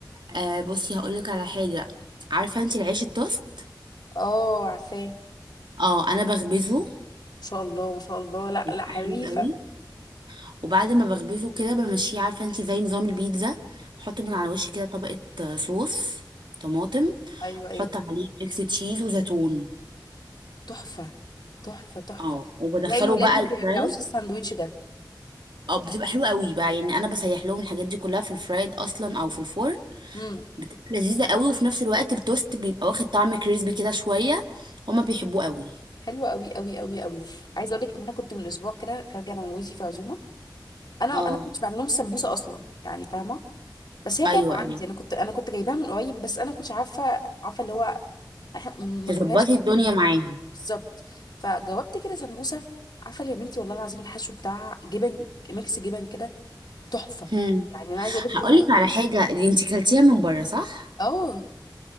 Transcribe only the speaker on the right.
آه بصي هقول لك على حاجه عارفه انت العيش التوست
اه انا بخبزه
بيبقى
حلو قوي وبعد ما بخبزه كده بمشيه عارفه انت زي نظام البيتزا بحط من
على وشي كده طبقه آه، صوص طماطم
بحط عليه ميكس تشيز وزيتون
اه وبدخله
بقى
الفراي
اه بتبقى حلوه قوي بقى يعني انا بسيح لهم الحاجات دي كلها في الفرايد اصلا او في الفرن
بتبقى لذيذه قوي وفي نفس الوقت التوست بيبقى واخد طعم كريسبي كده شويه هما بيحبوه قوي
اه
ايوه
ايوه
تظبطي الدنيا معاها
هم
هقولك
على حاجه دي انت كلتيها من بره صح